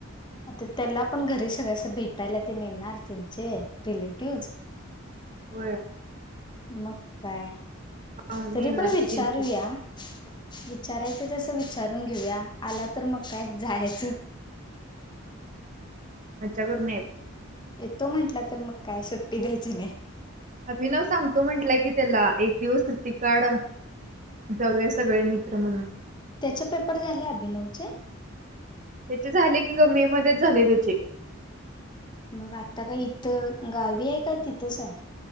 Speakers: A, on the left; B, on the right.
A: आता त्याला पण घरी सगळं अस भेटायला ते येणार त्यांचे रिलेटिव्ह
B: होय
A: मग काय?
B: पाहुणे
A: तरी
B: येणार
A: पण विचारूया
B: की त्यांची
A: विचारायच तस विचारून घेऊया आला तर मग काय जायचं
B: मज्जा करून यायच
A: येतो म्हंटला तर मग काय सुट्टी द्यायची नाही
B: अभिनव सांगतो म्हंटलाय की त्याला एक दिवस सुट्टी काढ जाऊया सगळे मित्र म्हणून
A: त्याचे पेपर झाले अभिनवचे
B: त्याचे झाले की ग मे मध्येच झाले त्याचे
A: मग आता काय इथं गावी आहे काय तिथंच हाय?